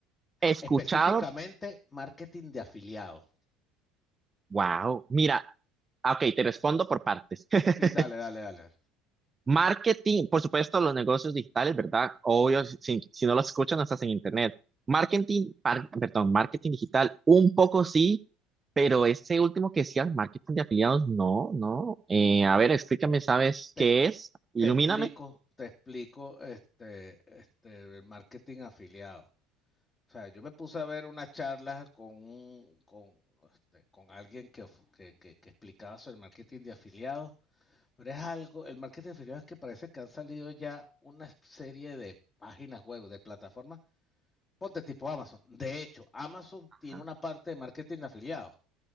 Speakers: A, on the right; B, on the left.
A: he escuchado,
B: Específicamente, marketing de afiliados.
A: wow, mira, ah, ok, te respondo por partes. <laughs>
B: Sí, dale, dale, dale.
A: Marketing, por supuesto, los negocios digitales, ¿verdad? Obvio, si, si no los escuchan, no estás en internet. Marketing, par- perdón, marketing digital, un poco sí, pero ese último que decías, marketing de afiliados, no, no. Eh, a ver, explícame, ¿sabes
B: dale.
A: qué es? Ilumíname.
B: Te explico, te explico este, este, el marketing afiliado. O sea, yo me puse a ver una charla con, un, con, este, con alguien que, que, que, que explicaba sobre el marketing de afiliados, pero es algo, el marketing de afiliados es que parece que han salido ya una serie de páginas web, de plataformas, ponte tipo Amazon. De hecho, Amazon
A: Ajá.
B: tiene una parte de marketing de afiliados.